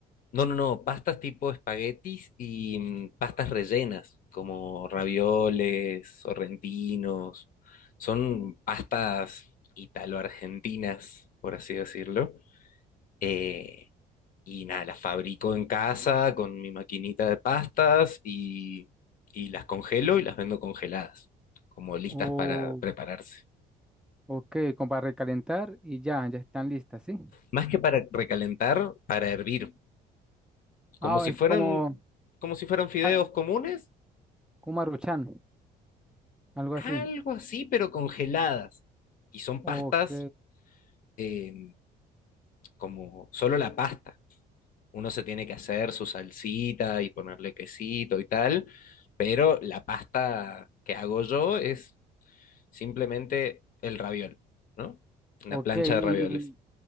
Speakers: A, on the left; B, in the centre.
A: No, no, no, pastas tipo espaguetis y mm, pastas rellenas, como ravioles, sorrentinos. Son pastas italo-argentinas, por así decirlo. Eh, Y nada, las fabrico en casa con mi maquinita de pastas y, y las congelo y las vendo congeladas, como listas
B: Oh,
A: para prepararse.
B: ok, como para recalentar y ya, ya están listas, ¿sí?
A: Más que para recalentar, para hervir, como
B: Ah,
A: si
B: es
A: fueran,
B: como,
A: como si fueran fideos
B: ah,
A: comunes,
B: como Maruchan, algo
A: algo
B: así.
A: así, pero congeladas. Y son
B: Ok,
A: pastas eh, como solo la pasta. Uno se tiene que hacer su salsita y ponerle quesito y tal, pero la pasta que hago yo es simplemente el raviol, ¿no? Una
B: ok,
A: plancha
B: y...
A: de ravioles.